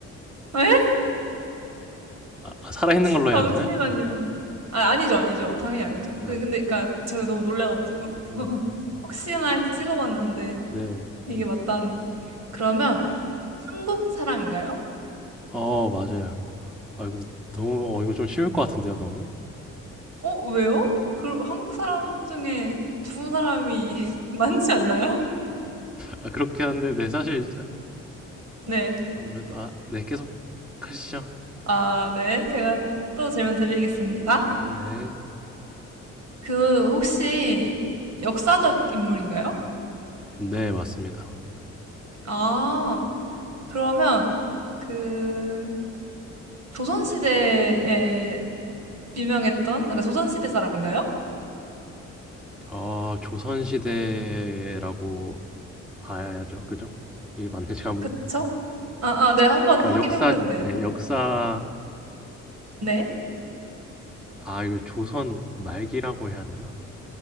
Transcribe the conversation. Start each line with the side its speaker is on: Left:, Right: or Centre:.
Right: <laughs> 에?
Centre: 아, 아, 살아있는 걸로
Right: 잠시만요.
Centre: 해야 되나요?
Right: 아, 아니죠, 아니죠.
Centre: 아,
Right: 당연히 아니죠.
Centre: 아,
Right: 그,
Centre: 아,
Right: 근데,
Centre: 네.
Right: 그니까, 제가 너무 놀래가지고.
Centre: 어,
Right: 혹시나 해서 찍어봤는데,
Centre: 네.
Right: 이게 맞다니. 그러면, 한국 사람인가요?
Centre: 어, 맞아요. 아, 이거 너무, 어, 이거 좀 쉬울 것 같은데요, 너무?
Right: 어, 왜요? 그, 한국 사람 중에 죽은 사람이 <laughs> 많지 않나요?
Centre: 아, 그렇게 하는데, 네, 사실,
Right: 네.
Centre: 아무래도, 아, 네, 계속 하시죠.
Right: 아, 네. 제가 또 질문 드리겠습니다.
Centre: 네.
Right: 그, 혹시 역사적 인물인가요?
Centre: 네, 맞습니다.
Right: 아, 그러면 그, 조선시대에 유명했던, 그러니까 조선시대 사람인가요?
Centre: 아, 조선시대라고 봐야죠. 그죠? 이게 맞네. 제가, 뭐-
Right: 그쵸? 아, 아, 네. 한번
Centre: 제가
Right: 확인해
Centre: 역사,
Right: 보셔도 돼요.
Centre: 네, 역사,
Right: 네.
Centre: 아, 이거 조선 말기라고 해야 되나?